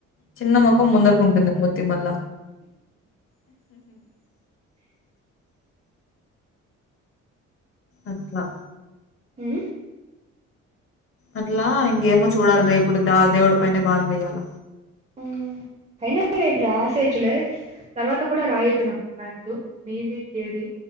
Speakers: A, on the left (about 45°); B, on the right (about 20°).
A: చిన్న మొఖం ముందరుకు ఉంటుంది తి మళ్ల అట్లా
B: ఊ
A: అట్లా ఇంకేమో చూడాలి రేపుడు దా దేవుడి పనే భారం వేయ్యాల
B: ఊమ్ ఫైనల్ రేపు రాసేయచ్చులే తర్వాత కూడా రాయద్దు నాకు వద్దు మీది తియరీ